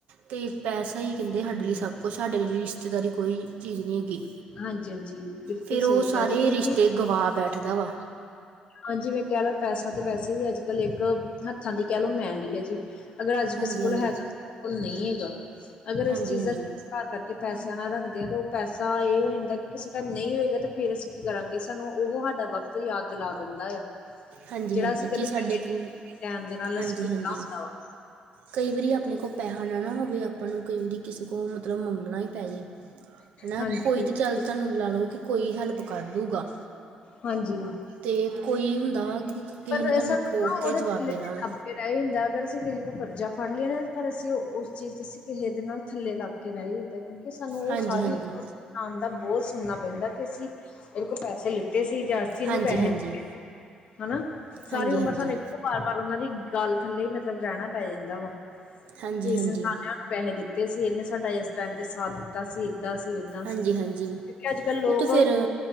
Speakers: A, on the right (about 75°); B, on the left (about 50°).
A: ਤੇ ਪੈਸਾ ਹੀ ਕਹਿੰਦੇ ਸਾਡੇ
B: ਹਮ
A: ਲਈ ਸਭ ਕੁਛ ਐ, ਸਾਡੇ ਲਈ ਰਿਸ਼ਤੇਦਾਰੀ ਕੋਈ ਚੀਜ਼ ਨੀ ਹੈਗੀ,
B: ਹਾਂਜੀ ਹਾਂਜੀ ਬਿਲਕੁਲ
A: ਫਿਰ
B: ਸਹੀ
A: ਉਹ ਸਾਰੇ
B: ਕਿਹਾ ਜੀ ਕਿਉਂਕਿ
A: ਰਿਸ਼ਤੇ ਗਵਾ ਬੈਠਦਾ ਵਾ।
B: ਹਾਂਜੀ ਜਿਵੇਂ ਕਹਿ ਲੋ ਪੈਸਾ, ਤੇ ਵੈਸੇ ਵੀ ਅੱਜ-ਕੱਲ ਇੱਕ ਹੱਥਾਂ ਦੀ ਕਹਿ ਲੋ ਮੈਲ ਈ ਐ ਜੀ। ਅਗਰ ਅੱਜ ਕਿਸੇ
A: ਹਾਂਜੀ
B: ਕੋਲ
A: ਹਾਂਜੀ
B: ਹੈਗਾ, ਕਿਸੇ ਕੋਲ ਨਹੀਂ ਹੈਗਾ, ਅਗਰ
A: ਹਾਂਜੀ
B: ਇਸ ਚੀਜ਼
A: ਹਾਂਜੀ
B: ਦਾ ਘਰ ਕਰਕੇ ਪੈਸਿਆਂ ਨਾ ਰੱਖਦੇ ਆ, ਤੇ ਉਹ ਪੈਸਾ ਇਹ ਹੋ ਜਾਂਦਾ ਕਿ ਕਿਸੇ ਟੈਮ ਨਹੀਂ ਹੋਏਗਾ ਤੇ ਫੇਰ ਅਸੀਂ ਕੀ ਕਰਾਂਗੇ, ਸਾਨੂੰ ਉਹ ਸਾਡਾ ਵਕਤ ਯਾਦ ਦਿਲਾ ਦਿੰਦਾ ਆ।
A: ਹਾਂਜੀ-ਹਾਂਜੀ,
B: ਜਿਹੜਾ ਅਸੀਂ
A: ਕੀ
B: ਕਦੇ
A: ਸਾਡੇ ਕੋਲ,
B: ਟੈਮ ਦੇ ਨਾਲ
A: ਹਾਂਜੀ-ਹਾਂਜੀ।
B: ਅਸੀਂ ਕੀਤਾ ਹੁੰਦਾ ਵਾ
A: ਕਈ ਵਾਰੀ ਆਪਣੇ ਕੋਲ ਪੈਸਾ ਨਾ ਨਾ ਹੋਵੇ, ਆਪਾਂ ਨੂੰ ਕਈ ਵਾਰੀ ਕਿਸੇ ਕੋਲ ਮਤਲਬ ਮੰਗਣਾ ਹੀ ਪੈ ਜਵੇ। ਹਨਾ
B: ਹਾਂਜੀ
A: ਕੋਈ
B: ਬਿਲਕੁਲ
A: ਤਾਂ ਚੱਲ
B: ਜੀ
A: ਤੁਹਾਨੂੰ ਲਾ ਲਓ, ਕਿ ਕੋਈ ਹੈਲਪ ਕਰ ਦੂਗਾ।
B: ਹਾਂਜੀ।
A: ਤੇ ਕੋਈ ਹੁੰਦਾ ਵਾ ਕਿ
B: ਪਰ
A: ਨੇ
B: ਇਹ
A: ਤੁਹਾਨੂੰ
B: ਸਾਨੂੰ
A: ਠੋਕ
B: ਨਾ ਉਹਦੇ
A: ਕੇ ਜਵਾਬ
B: ਥੱਲੇ
A: ਦੇਣਾ
B: ਤੇ
A: ਵਾ
B: ਲੱਬ ਤੇ ਰਹਿ ਜਾਂਦਾ, ਅਗਰ ਅਸੀਂ ਕਿਸੇ ਕੋਲ ਕਰਜ਼ਾ ਫੜ ਲਈਏ ਨਾ, ਪਰ ਅਸੀਂ ਉਹ ਉਸ ਚੀਜ਼ ਤੇ ਅਸੀਂ ਕਿਸੇ ਦੇ ਨਾਲ ਥੱਲੇ ਲੱਗ ਕੇ ਰਹਿ ਜਾਈਦਾ, ਕਿਉਂਕਿ ਸਾਨੂੰ ਉਹ
A: ਹਾਂਜੀ
B: ਸਾਰੀ
A: ਹਾਂਜੀ
B: ਇਨਸਾਨ ਦਾ ਬਹੁ ਸੁਣਨਾ ਪੈਂਦਾ, ਕਿ ਅਸੀਂ ਇਹਦੇ ਕੋਲ ਪੈਸੇ ਲਿੱ ਦਿੱਤੇ ਸੀ, ਜਾਸਤੀ
A: ਹਾਂਜੀ
B: ਨੂੰ ਪੈਸੇ
A: ਹਾਂਜੀ
B: ਦਿੱਤੇ ਸੀ, ਹਨਾ। ਸਾਰੀ
A: ਹਾਂਜੀ
B: ਉਮਰ
A: ਹਾਂਜੀ
B: ਸਾਨੂੰ ਇੱਕੋ ਵਾਰ-ਵਾਰ ਉਹਨਾਂ ਦੀ ਗੱਲ ਥੱਲੇ, ਮ ਮਤਲਬ ਰਹਿਣਾ ਪੈ ਜਾਂਦਾ ਵਾ,
A: ਹਾਂਜੀ
B: ਕਿ ਇਸ
A: ਹਾਂਜੀ
B: ਇਨਸਾਨ ਨੇ ਪੈਸੇ ਦਿੱਤੇ ਸੀ, ਇਹਨੇ ਸਾਡਾ ਇਸ ਟੈਮ ਤੇ ਸਾਥ ਦਿੱ ਦਿੱਤਾ ਸੀ, ਏਦਾਂ ਸੀ ਓਦਾਂ
A: ਹਾਂਜੀ
B: ਸੀ,
A: ਹਾਂਜੀ
B: ਕਿਉਂਕਿ ਅੱਜ-ਕੱਲ ਲੋਕ
A: ਉਹ ਤਾਂ ਫਿਰ